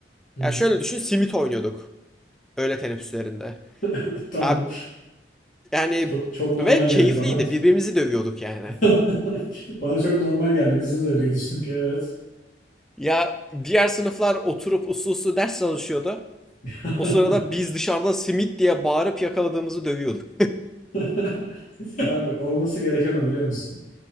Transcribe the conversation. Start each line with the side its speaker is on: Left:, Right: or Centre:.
Left: Hı hı.
Centre: Ya şöyle düşün simit oynuyorduk öğle teneffüslerinde.
Left: <laughs> Tamam.
Centre: Ya yani
Left: Çok çok normal
Centre: ve
Left: geldi
Centre: keyifliydi
Left: bana.
Centre: birbirimizi dövüyorduk yani.
Left: <laughs> Bana çok normal geldi. Bizde de öyleydi çünkü. Evet.
Centre: Ya diğer sınıflar oturup uslu uslu ders çalışıyordu.
Left: <laughs>
Centre: O sırada biz dışarıda simit diye bağırıp yakaladığımızı dövüyorduk.
Left: <laughs> Abi olması gereken o biliyor musun?